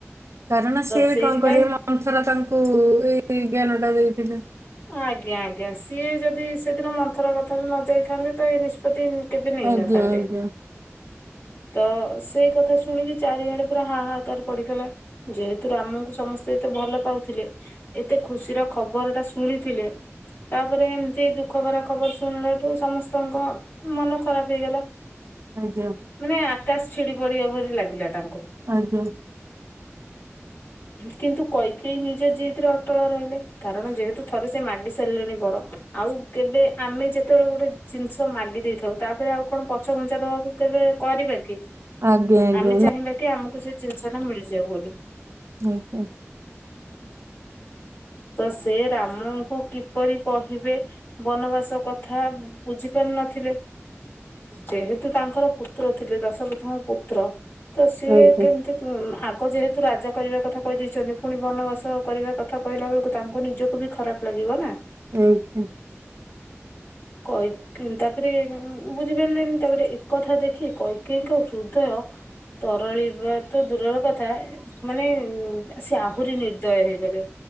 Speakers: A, on the right; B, on the left.
A: କାରଣ ସେ
B: ସେଇଥିପାଇଁ
A: ବି କଣ କରିବେ ମ ମନ୍ଥରା ତାଙ୍କୁ ଏଇ ଜ୍ଞାନ ଟା ଦେଇଥିଲେ।
B: ଆଜ୍ଞା ଆଜ୍ଞା ସିଏ ଯଦି ସେଦିନ ମନ୍ଥରା କଥାରେ ନ ଯାଇଥାନ୍ତେ ତ ଏ ତ ଦେନ୍ କେବେ ନେଇ
A: ଆଜ୍ଞା
B: ନଥାନ୍ତେ।
A: ଆଜ୍ଞା
B: ତ ସେଇ କଥା ଶୁଣିକି ଚାରିଆଡେ ପୁରା ହା ହା କାର ପଡିଗଲା। ଯେହେତୁ ରାମଙ୍କୁ ସମସ୍ତେ ଏତେ ଭଲ ପାଉଥିଲେ ଏତେ ଖୁସିର ଖବରଟା ଶୁ ଶୁଣିଥିଲେ ତାପରେ ଏମିତି ଦୁଃଖ ଭରା ଖବର ଶୁଣିଲାଠୁ ସମସ୍ତଙ୍କ ମନ ଖରାପ୍ ହେଇଗଲା।
A: ଆଜ୍ଞା।
B: ମାନେ ଆକାଶ ଛିଡ଼ି ପଡିବା ପରି ଲାଗିଲା ତାଙ୍କୁ।
A: ଆଜ୍ଞା।
B: କିନ୍ତୁ କୈକେୟୀ ନିଜ ଜିଦ୍ ରେ ଅଟଳ ରହିଲେ କାରଣ ଯେହେତୁ ଥରେ ସେ ମାଗି ସାରିଲେଣି ବର ଆଉ କେବେ ଆମେ ଯେତେବେଳେ ଗୋଟେ ଜିନିଷ ମାଗି ଦେଇଥାଉ ତାପରେ ଆଉ କଣ ପଛ ଘୁଞ୍ଚା ଦବାକୁ କେବେ କରିବା କି?
A: ଆଜ୍ଞା ଆଜ୍ଞା
B: ଆମେ ଚାହିଁବା କି ଆମକୁ ସେ ଜିନିଷ ଟା ମିଳିଯାଉ ବୋଲି।
A: ଆଜ୍ଞା।
B: ତ ସେ ରାମଙ୍କୁ କିପରି କହିବେ ବନବାସ କଥା ବୁଝି ପାରୁ ନଥିଲେ? ଯେହେତୁ ତାଙ୍କର ପୁତ୍ର ଥିଲେ ଦଶରଥଙ୍କ ପୁତ୍ର ତ ସିଏ
A: ଆଜ୍ଞା
B: କେମିତି ଆଗ ଯେହେତୁ ରାଜା କରିବା କଥା କହିଦେଇଛନ୍ତି ପୁଣି ବନବାସ କରିବା କ ଥା କହିଲା ବେଳକୁ ତାଙ୍କୁ ନିଜକୁ ବି ଖରାପ୍ ଲାଗିବ ନା।
A: ଆଜ୍ଞା।
B: କହି ତାପରେ ବୁଝିପାରିଲଣିି ତାପରେ ଏକଥା ଦେଖି କୈକେଇଙ୍କ ହୃଦୟ ତରଳିବା ତ ଦୂରର କଥା ମାନେ ସେ ଆହୁରି ନିର୍ଦୟ ହେଇଗଲେ।